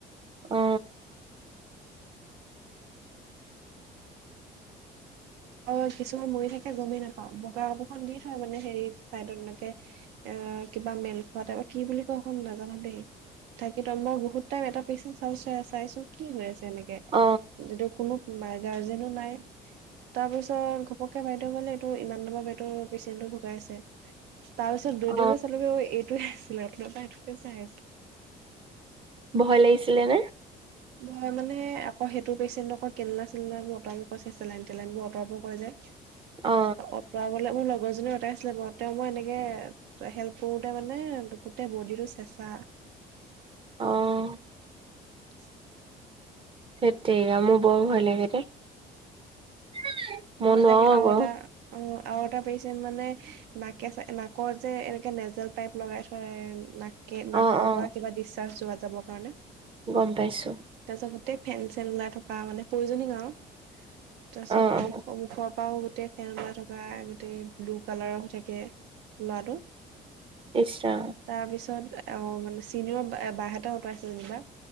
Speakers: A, on the right; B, on the right.
A: অ।
B: অ' কিছুমান মৰি থাকে গমেই নাপাওঁ, বগা কাপোৰখন দি থয় মানে হেৰিত চাইডত এনেকে। এ কিবা মেল খোৱা তাইপত, কি বুলি কয় সেইখন নাজানো দেই। ঢাকি থয়, মই বহুত টাইম এটা পেচেণ্ট চাইছো কি হৈ আছে এনে।
A: অ
B: টো কোনো গাৰ্জেনো নাই। তাৰপিছত ঘপককে বাইদেউ বোলে, এইটো ইমান নম্বৰ বেডৰ পেচেণ্টটো ঢুকাই আছে। তাৰপিছত দৌৰি-
A: অ
B: দৌৰি গৈ চালোগে এইটোৱে আছিলে। অথনি পৰা এইটোকে চাই আছিলো।
A: ভয় লাগিছিলে নে?
B: ভয় মানে আকৌ সেইটো পেচেণ্টক কেন্দুলা - চেন্দুলাবোৰ আঁতৰাব, চেলাইন- তেলাইন বোৰ অতৰাব কৈ যে।
A: অ
B: অঁতৰাবলে মোৰ লগৰজনী অঁতাৰাইছিলে বাৰু। তেওক মই এনেকে হেল্প কৰোতে মানে গোটেই বডিটো চেঁচা।
A: অঁ।
B: <inaudible>
A: হেট টেৰিকা, মোৰ বৰ ভয় লাগে দে। <inaudible>
B: ভয় লাগে
A: আকৌ
B: আৰু এটা। অ, আৰু এটা পেচেণ্ট মানে, নাকত, নাকৰ যে এনেকে নেজেল পাইপ লগাই থয়, এই নাকৰ
A: অ অ
B: পৰা কিবা ডিচাৰ্জ যোৱা, যাবৰ কাৰণে।
A: গম পাইছো।
B: তাৰপাছত গোটেই ফেন- চেন ওলাই থকা মানে পইজনিং আৰু। তাৰপাছত
A: অ অ
B: মুখৰ পৰাও গোটেই ফেন ওলাই থকা। গোটেই ব্লু কালাৰৰ হৈ থাকে। ল'ৰাটো।
A: ইচ ৰাম।
B: তাৰপিছত অ, মানে চিনিয়ৰ বা হতে আঁতৰাইছিল যেনিবা।